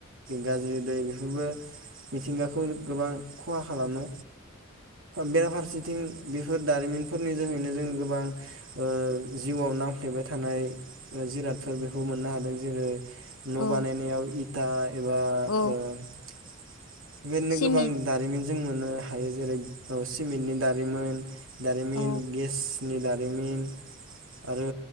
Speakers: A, on the right; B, on the left.
A: गाज्रि दै बेफोरबो मिथिंगाखौ गोबां खहा खालामो बेराफारसेथिं बेफोर दारिमिनफोरनि जोहैनो जों गोबां ओ जिउआव नांफ्लेबाय थ थानाय जिरादफोर बे खौ मोननो हादों जेरै न'
B: औ
A: बानायनायाव दा एबा
B: औ।
A: ओ <unintelligible>
B: सिमित
A: गोबां दारिमिन जों मोननो हायो जेरै सिमेन्टनि दा रिमोन दारमिन,
B: औ
A: गेसनि दारिमिन रिमिन आरो